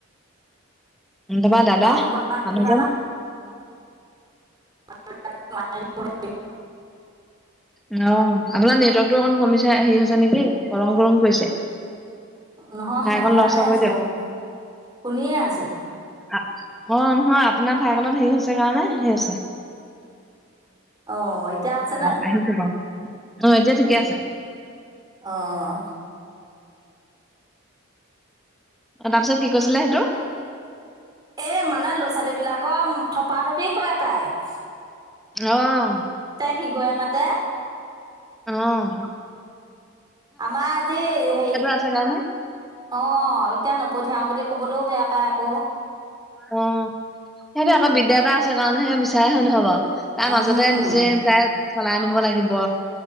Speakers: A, in the centre; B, on the right.
A: দোবা দাদা
B: নতুবা
A: মানুহজন।
B: কিবা মপ <unintelligible>
A: অহ ', আপোনাৰ নেটৱৰ্কতটো অকমান কমিছে হেৰি হৈছে নেকি গৰম -গৰম কৰিছে।
B: নহ
A: ঠাই অকণ
B: মইাই
A: লৰচৰ কৰি
B: আছো
A: দিয়ক।
B: ৰো শুনিয়ে আছো।
A: অহ ', নহয় আপোনাৰ ঠাইখনত হেৰি হৈছে কাৰণে সেই আহ ', হৈছে।
B: অহ ', এতিয়া আহিছে নে।
A: আহিছো বাৰু অহ ', এতিয়া ঠিকে আছে।
B: অঁ
A: অহ ', তাৰপিছত কি কৈছিলে সেইটো?
B: এ মানে ল'ৰা ছোৱালী বিলাকৰ থপা থপি কয় তাইক।
A: অহ ',
B: শিগয়ে মাতে
A: উম',
B: আমাৰ আজি হেৰি
A: আছে কাৰণে
B: অহ ', এতিয়া নপঠ খাওঁ বুলি ক'বলৈও বেয়া পায় আকৌ।
A: অহ ', সেইটো আকৌ বিদ্যা এটা আছে কাৰণ সেই বিচাৰে হয় নহয় বাৰু। তাৰ
B: উম
A: মাজতে নিজে ত চলাই আনিব লাগিব।